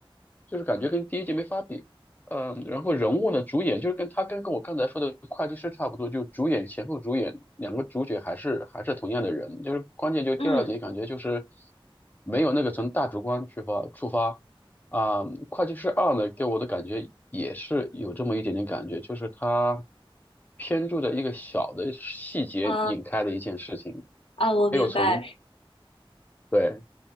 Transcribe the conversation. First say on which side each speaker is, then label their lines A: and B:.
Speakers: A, on the left; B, on the left.
A: 就是感觉跟第一集没法比。嗯，呃然后人物呢，主演就是跟他跟跟我刚才说的会计师差不多，就主演前后主演两个主角还是还是同样的人，就是关键就第二集感觉就是
B: 嗯
A: 没有那个从大局观出发出发，啊，会计师二呢，给我的感觉也是有这么一点点感觉，就是它偏注的一个小的细节引开的一件事情，
B: 啊啊，我明白，
A: 没有从，对，